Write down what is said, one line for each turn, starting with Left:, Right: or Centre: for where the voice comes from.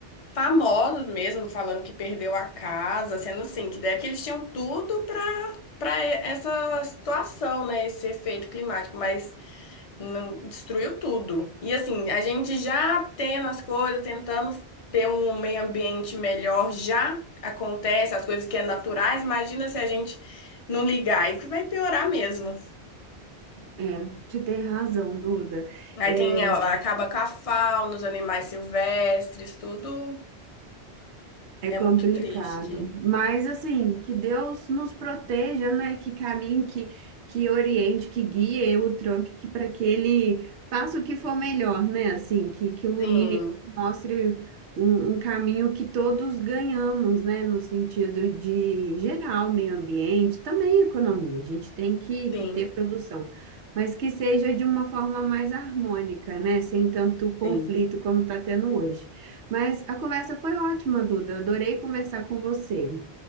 Left: famosos mesmo, falando que perdeu a casa, sendo assim, que deve que eles tinham tudo para para essa situação, né, esse efeito climático, mas não- destruiu tudo. E assim, a gente já tendo as coisas, tentando ter um meio ambiente melhor, já acontece as coisas que é naturais, imagina se a gente não ligar, aí que vai piorar mesmo.
Right: é, é, você tem razão, Duda.
Left: Aí
Right: É,
Left: tem, a- acaba com a fauna, os animais silvestres, tudo
Right: É complicado,
Left: é muito triste.
Right: mas assim, que Deus nos proteja, né? Que caminhe, que, que oriente, que guie o Trump, que para que ele faça o que for melhor, né? Assim, que, que ilumine,
Left: Sim,
Right: que mostre um, um caminho que todos ganhamos, né? No sentido de geral, meio ambiente, também economia. A gente tem que, que
Left: sim.
Right: ter produção, mas que seja de uma forma mais harmônica, né? Sem tanto conflito
Left: Sim,
Right: como está tendo hoje. Mas a conversa foi ótima, Duda. Adorei conversar com você.